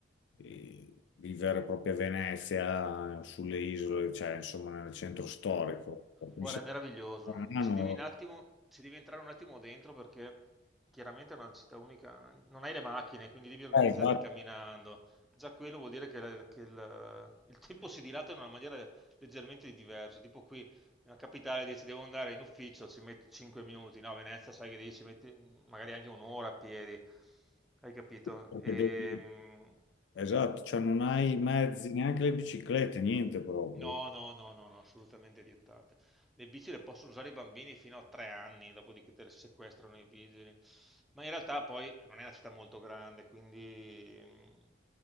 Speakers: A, on the left; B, in the centre.
A: eh, vivere proprio a Venezia, sulle isole, cioè insomma nel centro storico. Mi
B: Guarda,
A: sembra
B: è meraviglioso.
A: strano.
B: Ci devi un attimo, ci devi entrare un attimo dentro perché chiaramente è una città unica, non hai le macchine, quindi devi organizzarti
A: Eh, esatto,
B: camminando. Già quello vuol dire che, la- che il, il tempo si dilata in una maniera leggermente diversa. Tipo qui, nella capitale, dici devo andare in ufficio, ci metti 5 minuti. No, a Venezia sai che devi ci metti magari anche un'ora a piedi. Hai capito?
A: perché
B: Ehm,
A: devi- esatto, cioè non hai mezzi, neanche le biciclette, niente proprio.
B: No, no, no, no, no, assolutamente vietate. Le bici le possono usare i bambini fino a tre anni, dopodiché te le sequestrano i vigili. Ma in realtà poi non è una città molto grande, quindi... mm,